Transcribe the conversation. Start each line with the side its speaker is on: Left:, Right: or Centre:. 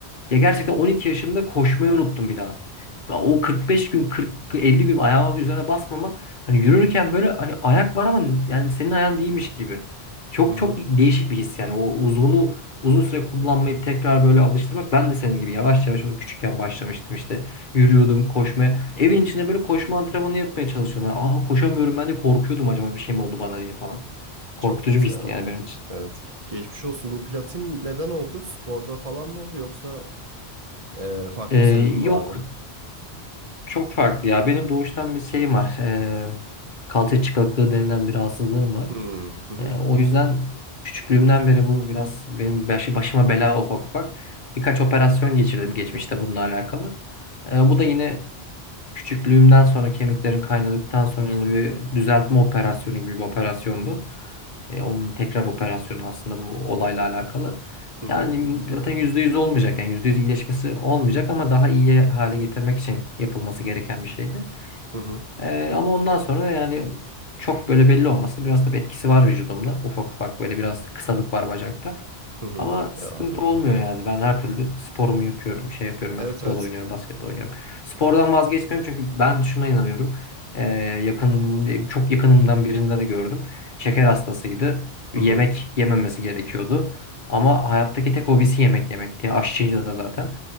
Left: Ya gerçekten 12 yaşımda koşmayı unuttum bir daha. Ya O 45 gün 40 50 gün ayağımın üzerine basmamak hani yürürken böyle hani ayak var ama yani senin ayağın değilmiş gibi. Çok
Right: Hı hı.
Left: çok değişik bir his yani o uzunu uzun süre kullanmayıp tekrar böyle alıştırmak ben de senin gibi yavaş yavaş onu küçükken başlamıştım işte Yürüyordum koşmaya. Evin içinde böyle koşma antrenmanı yapmaya çalışıyordum. Yani, Aa koşamıyorum ben de korkuyordum acaba bir şey mi oldu bana diye falan. Korkutucu
Right: Çok kötü
Left: bir histi
Right: ya.
Left: yani benim için.
Right: Evet. Geçmiş olsun. Bu platin neden oldu? Sporda falan mı oldu yoksa e, farklı
Left: Ee,
Right: bir sebebi mi
Left: yok
Right: vardı?
Left: çok farklı ya. Benim doğuştan bir şeyim var. Ee, kalça çıkıklığı denilen bir rahatsızlığım var.
Right: Hmm. Hı hı.
Left: Ee, o yüzden küçüklüğümden beri bu biraz benim başı, başıma bela ufak ufak. Birkaç operasyon geçirdim geçmişte bununla alakalı. Ee, bu da yine Küçüklüğümden sonra kemiklerim kaynadıktan sonra yine bir düzeltme operasyonu gibi bir operasyondu. E, onun tekrar operasyonu aslında bu olayla alakalı.
Right: Hı
Left: Yani
Right: hı.
Left: zaten %100 olmayacak yani %100 iyileşmesi olmayacak ama daha iyi hale getirmek için yapılması gereken bir şeydi.
Right: Hı hı.
Left: E, ama ondan sonra yani çok böyle belli olması biraz da bir etkisi var vücudumda. Ufak ufak böyle biraz kısalık var bacakta.
Right: Hı hı.
Left: Ama sıkıntı
Right: E, anladım.
Left: olmuyor yani. Ben her türlü sporumu yapıyorum. Şey yapıyorum
Right: Evet
Left: ben futbol
Right: evet.
Left: oynuyorum, basketbol oynuyorum. Spordan vazgeçmiyorum çünkü ben şuna inanıyorum. Ee, yakın, çok yakınımdan birinde de gördüm. Şeker hastasıydı.
Right: Hı
Left: Yemek
Right: hı.
Left: yememesi gerekiyordu. Ama hayattaki tek hobisi yemek yemekti. Aşçıydı da zaten.